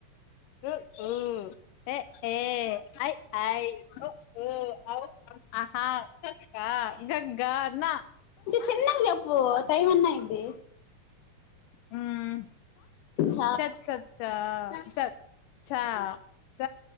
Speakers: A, on the left; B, on the left.
A: ఉ ఊ ఎ ఏ ఐ ఐ ఒ ఓ ఔ ఆహా క ఖ గ ఘ నా
B: చిన్నగ చెప్పు టైమ్ అన్న అయిది
A: హ్మ్
B: ఛ
A: చ చ చ చ చ